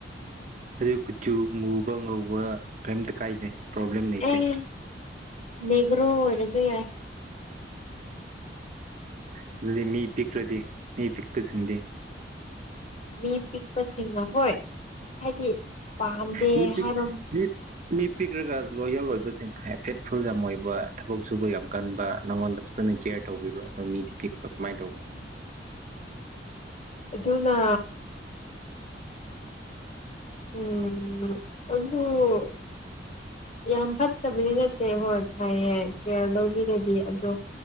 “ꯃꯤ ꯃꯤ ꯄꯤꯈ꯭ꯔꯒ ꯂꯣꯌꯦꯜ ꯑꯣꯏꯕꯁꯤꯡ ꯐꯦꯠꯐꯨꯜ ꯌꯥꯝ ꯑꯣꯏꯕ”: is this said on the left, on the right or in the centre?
Right